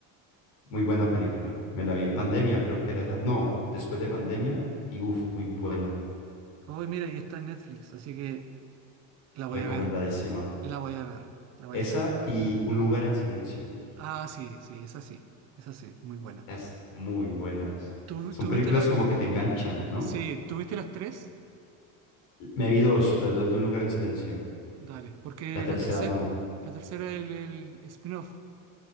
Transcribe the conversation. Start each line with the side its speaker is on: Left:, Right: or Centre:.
Left: Muy buena película. Me la vi en pandemia, creo que era esa. No, después de pandemia y uff, muy buena.
Right: Hoy, mira, y está en Netflix, así que la voy
Left: Recomendadísima.
Right: a ver. La voy a ver, la voy
Left: Esa
Right: a ver.
Left: y Un lugar en silencio.
Right: Ah, sí, sí, es así, es así, muy buena.
Left: Es muy buenas.
Right: ¿Tú,
Left: Son
Right: tú
Left: películas
Right: viste la...
Left: como que te enganchan, ¿no?
Right: Sí, ¿tú viste las tres?
Left: Me vi dos, las dos de Un lugar en silencio.
Right: Dale, porque
Left: La tercera
Right: la tercera,
Left: no.
Right: la tercera el, el spin-off.